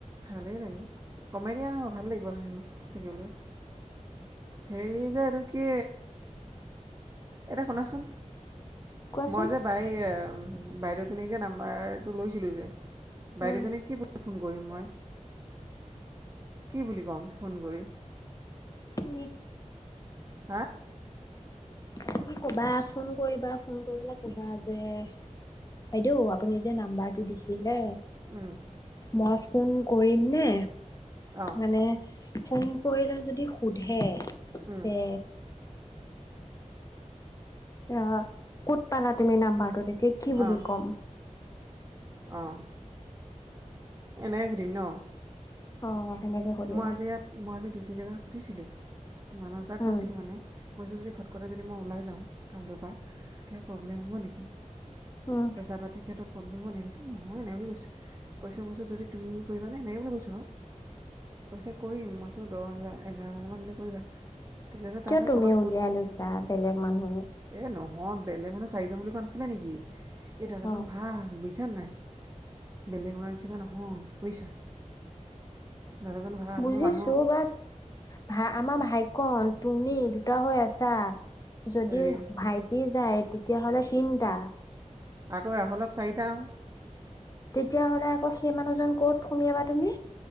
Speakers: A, on the right; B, on the left.
A: ভালেই লাগে কমেডিয়ান হ'ব ভাল লাগিব হাঁহি থাকিবলৈ। হেৰি যে এইটো কি। এটা শুনাচোন,
B: কোৱাচোন
A: মই যে বাই বাইদেউজনী যে নাম্বাৰটো লৈছিলোঁ যে, বাইদেউজনীক
B: উম
A: কি বুলি ফোন কৰিম মই, কি বুলি ক'ম ফোন কৰি,
B: নি
A: হা
B: তুমি কবা ফোন কৰিবা ফোন কৰি পেলাই কবা যে, বাইদেউ আপুনি যে নাম্বাৰটো দিছিলে।
A: উম
B: মই ফোন কৰিম নে,
A: অঁ
B: মানে ফোন কৰিলে যদি সোধে যে,
A: উম,
B: অ ক'ত পালা তুমি নাম্বাৰটো, তেতিয়া কি বুলি
A: অঁ
B: ক'ম।
A: অঁ এনেই সুধিম ন।
B: অ সেনেকে সুধিবা
A: মই আজি ইয়াত মই আজি ডিউটি জেগাত সুধিছিলো মানস দাক
B: উম
A: কৈছিলো মানে, মই যদি ফটকটে যদি মই ওলাই যাওঁ কামটোৰ পৰা কিবা প্ৰব্লেম হ'ব নেকি,
B: উম
A: পইচা পাতিৰ ক্ষেত্ৰত। প্ৰব্লেম হব নেকি কৈছো, নহয় এনেও বুলি কৈছে কৈছে মই কৈছো যদি তুমি কৰিবানে এনে বুলি কৈছো আৰু, কৈছে কৰিম মই চো দহ হাজাৰ এঘাৰ হাজাৰ মান দিলে কৰিবা। তেতিয়াতো তাহাঁতৰ
B: কিয় তুমি
A: তলত
B: উলিয়াই
A: কৈ
B: লৈছা বেলেগ মানুহ,
A: এ নহয় বেলেগ মানুহ চাৰিজন বুলি কোৱা নাছিলে নেকি এই তাত এজন
B: অ
A: ভাল, বুজিছা নাই বেলেগ মানোহ নিচিনা নহয় বুজিছা, দাদাজন ভাল।
B: বুজিছো
A: মোৰ মানুহ
B: বাট, ভাই আমাৰ ভাইকন তুমি দুটা হৈ আছা যদি
A: হেৰি
B: ভাইট, টি যায় তেতিয়াহ'লে তিনটা।
A: আকৌ ৰাহুলক চাৰিটাও,
B: তেতিয়াহ'লে আকৌ সেই মানুহজন ক'ত সুমিয়াবা তুমি।